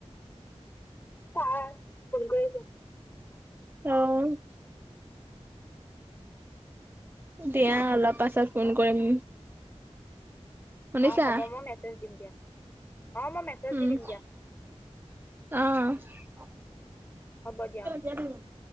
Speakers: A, on the left; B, on the right.
A: তাৰ ফোন কৰি আছোঁ।
B: অ'। দিয়া অলপ পাছত ফোন কৰিম। শুনিছা
A: অ' হ'ব মই মেছেজ দিম দিয়া, অ' মই মেছেজ
B: উম
A: দি দিম দিয়া।
B: অ'।
A: উম, হ'ব দিয়া অ